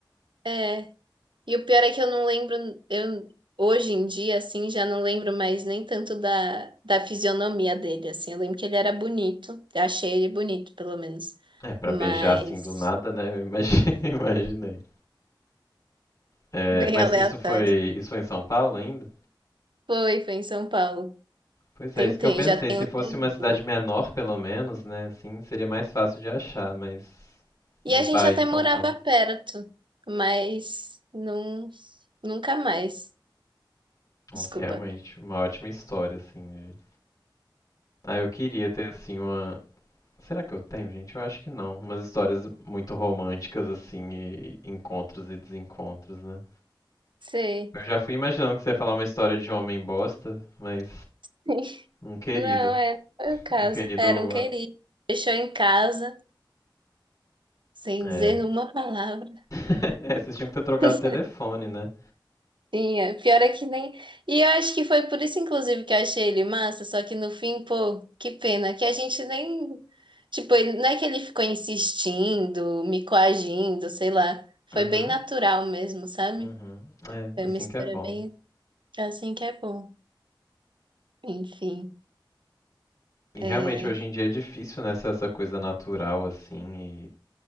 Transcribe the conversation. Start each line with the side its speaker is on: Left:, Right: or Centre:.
Right: é. E o pior é que eu não lembro, eu hoje em dia, assim, já não lembro mais nem tanto da, da fisionomia dele, assim. Eu lembro que ele era bonito, eu achei ele bonito, pelo menos.
Left: É, pra
Right: Mas
Left: beijar assim do nada, né? Eu imagi- <laughs> imaginei. É,
Right: <laughs> bem
Left: mas
Right: aleatório.
Left: isso foi, isso foi em São Paulo ainda?
Right: Foi, foi em São Paulo.
Left: Pois
Right: Tentei,
Left: é, isso que eu pensei.
Right: já tem
Left: Se
Right: uns
Left: fosse
Right: dois
Left: uma cidade
Right: anos.
Left: menor, pelo menos, né? Assim, seria mais fácil de achar, mas no
Right: E a
Left: país
Right: gente até
Left: São
Right: morava
Left: Paulo.
Right: perto, mas não, nunca mais.
Left: Nossa,
Right: Desculpa.
Left: realmente, uma ótima história, assim. de- Ah, eu queria ter, assim, uma, Será que eu tenho, gente? Eu acho que não. Umas histórias muito românticas, assim, e e encontros e desencontros, né?
Right: Sei.
Left: Eu já fui imaginando que você ia falar uma história de um homem bosta, mas
Right: <laughs>
Left: um querido.
Right: Não, é, foi o caso.
Left: Um querido.
Right: Era um querido. Deixou em casa, sem
Left: É.
Right: dizer uma palavra.
Left: <laughs> É, vocês tinham que ter trocado
Right: <laughs>
Left: o telefone, né?
Right: Sim, é. Pior é que nem. E eu acho que foi por isso, inclusive, que eu achei ele massa. Só que no fim, pô, que pena. Que a gente nem. Tipo, ele... não é que ele ficou insistindo, me coagindo, sei lá. Foi
Left: Uhum.
Right: bem natural mesmo, sabe?
Left: Uhum. É,
Right: Foi
Left: assim
Right: uma história
Left: que é bom.
Right: bem assim que é bom. Enfim,
Left: E realmente
Right: é
Left: hoje em dia é difícil, né, ser essa coisa natural, assim, e